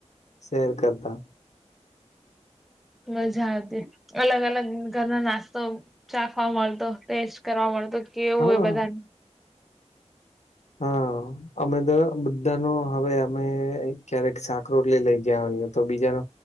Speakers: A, on the left; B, in the centre.
A: શેર કરતા
B: મજા આવતી અલગ અલગ ઘરનો નાસ્તો ચાખવા મળતો ટેસ્ટ કરવા મળતો કેવું
A: હા
B: એ બધાનું
A: હા અમે તો બધા ન હવે અમે ક્યારેક સાકરોોટલી લઈ ગયા હોઈએ તો બીજાનો.